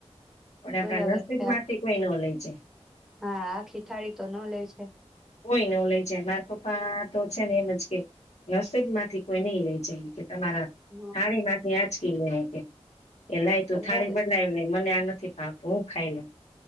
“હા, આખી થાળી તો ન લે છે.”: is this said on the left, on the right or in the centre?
Centre